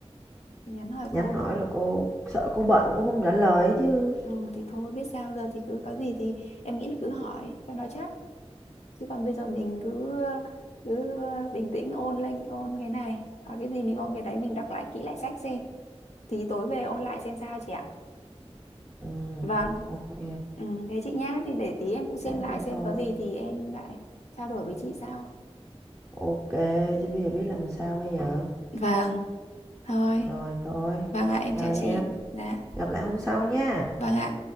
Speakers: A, on the left; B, on the left.
A: nhắn hỏi cô
B: nhắn nói
A: thì
B: là cô sợ cô bận cô không trả lời chứ
A: ừ thì thôi biết sao giờ thì cứ có gì thì em nghĩ là cứ hỏi cho nó chắc chứ còn bây giờ mình cứ cứ bình tĩnh ôn lên ôn cái này có cái gì mình ôn cái đấy mình đọc lại kỹ lại sách xem thì tối về ôn lại xem sao chị ạ
B: ừ
A: Vâng.
B: ok
A: Ừ, thế chị nhá, thì để tí em cũng xem
B: thế
A: lại
B: thì
A: xem
B: thôi
A: có gì thì em lại trao đổi với chị sau.
B: ok chứ bây giờ biết làm sao bây giờ
A: Vâng, thôi.
B: rồi thôi
A: Vâng ạ, em
B: chào
A: chào
B: em
A: chị. Dạ.
B: gặp lại hôm sau nha
A: Vâng ạ.